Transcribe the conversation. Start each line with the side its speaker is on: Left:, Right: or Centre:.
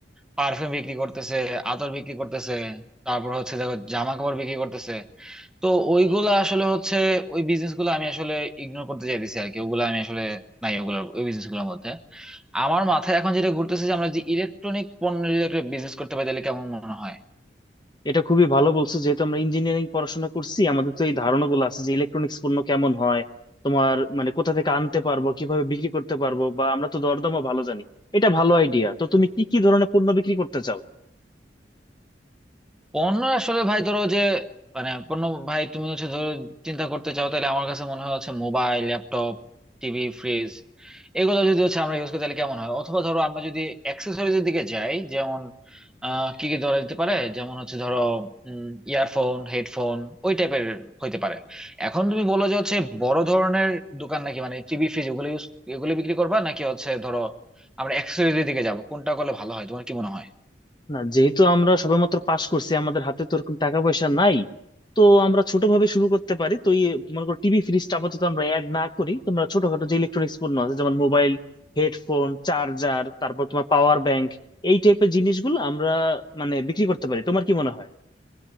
Centre: পারফিউম বিক্রি করতেছে আতর বিক্রি করতেছে তারপর হচ্ছে দেখো জামা কাপড় বিক্রি করতেছে তো ওইগুলা আসলে হচ্ছে ওই বিজনেস গুলো আমি আসলে ইগনোর করতে চাইতেছি আর কি ওগুলো আমি আসলে নাই ওগুলো ওই বিজনেস গুলোর মধ্যে আমার মাথায় এখন যেটা ঘুরতেছে যে আমরা যে ইলেকট্রনিক পণ্য যদি একটা বিজনেস করতে পারি তাহলে কেমন মনে হয়
Left: এটা খুবই ভালো বলছো যেহেতু আমরা ইঞ্জিনিয়ারিং পড়াশোনা করছি আমাদের তো এই ধারণা গুলো আছে যে ইলেকট্রনিক্স পণ্য কেমন হয় তোমার মানে কোথা থেকে আনতে পারবো কিভাবে বিক্রি করতে পারবো বা আমরা তো দরদামও ভালো জানি এটা ভালো আইডিয়া তো তুমি কি কি ধরনের পণ্য বিক্রি করতে চাও
Centre: পণ্য আসলে ভাই ধরো যে মানে পণ্য ভাই তুমি হচ্ছে ধরো চিন্তা করতে চাও তাহলে আমার কাছে মনে হয় হচ্ছে মোবাইল ল্যাপটপ টিভি ফ্রিজ এগুলো যদি হচ্ছে আমরা ইউজ করি তাহলে কেমন হয় অথবা ধরো আমরা যদি অ্যাক্সেসরিজের দিকে যাই যেমন আহ কি কি ধরা যেতে পারে যেমন হচ্ছে ধরো ইয়ারফোন হেডফোন ওই টাইপের হইতে পারে এখন তুমি বলো যে হচ্ছে বড় ধরনের দোকান নাকি মানে টিভি ফ্রিজ ওগুলো ইউজ এগুলো বিক্রি করবা নাকি হচ্ছে ধরো আমরা অ্যাক্সেসরিজের দিকে যাবো কোনটা করলে ভালো হয় তোমার কি মনে হয়
Left: না যেহেতু আমরা সবেমাত্র পাশ করছি আমাদের হাতে তো ওরকম টাকা পয়সা নাই তো আমরা ছোটভাবে শুরু করতে পারি তো ইয়ে তোমার টিভি ফ্রিজটা আপাতত আমরা অ্যাড না করি তোমরা ছোটখাটো যে ইলেকট্রনিক্স পণ্য আছে যেমন মোবাইল হেডফোন চার্জার তারপর তোমার পাওয়ার ব্যাংক এই টাইপের জিনিসগুলো আমরা মানে বিক্রি করতে পারি তোমার কি মনে হয়